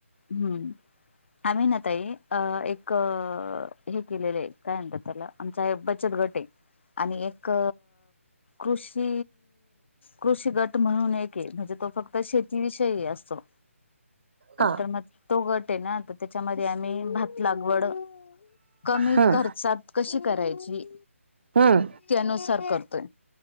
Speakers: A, on the left; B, on the right.
A: हम्म.. आम्ही ना ताई अ... एक.... हे केलेले आहे. काय म्हणतात त्याला... आमचा एक बचत गट आहे. आणि एक... कृ.. षी.. कृषी गट म्हणून एक म्हणजे तो फक्त शेतीविषयी असतो.
B: हा
A: तर मग तो गट आहे ना. त्याच्यामध्ये आम्ही भात, लागवड, कमी
B: हम्म
A: खर्चात... कशी करायची?
B: हम्म
A: त्यानुसार करतोय.